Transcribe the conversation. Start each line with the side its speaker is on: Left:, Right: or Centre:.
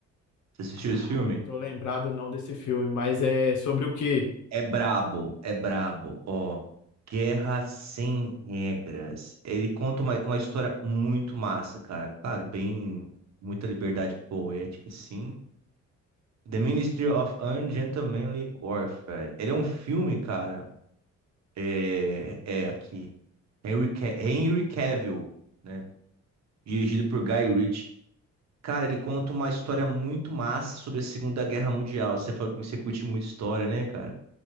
Right: Você assistiu
Left: Ah,
Right: esse filme?
Left: não tô lembrado não desse filme, mas é sobre o quê?
Right: É brabo, é brabo, ó. Guerra Sem Regras. Ele conta uma, uma história muito massa, cara. Claro, bem. Muita liberdade poética, sim. The Ministry of Ungentlemanly Warfare. Ele é um filme, cara. É, é aqui. Henry, Ca- Henry Cavill, né? Dirigido por Guy Ritchie. Cara, ele conta uma história muito massa sobre a Segunda Guerra Mundial. Você falou que você curte muito história, né, cara?